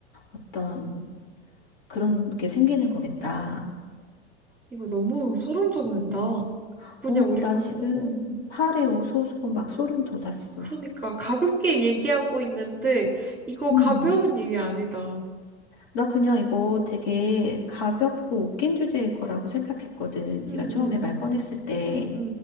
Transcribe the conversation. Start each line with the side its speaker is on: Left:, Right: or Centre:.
Left: 어떤 그런 게 생기는 거겠다.
Centre: 이거 너무 소름 돋는다.
Left: 어,
Centre: 그냥
Left: 어,
Centre: 우리가
Left: 나 지금
Centre: 오,
Left: 팔에 오소소 막 소름 돋았어.
Centre: 그러니까 가볍게 얘기하고 있는데 이거
Left: 음,
Centre: 가벼운 일이 아니다.
Left: 나 그냥 이거 되게 가볍고 웃긴 주제일 거라고 생각했거든.
Centre: 응응
Left: 네가 처음에 말 꺼냈을 때.
Centre: 응응.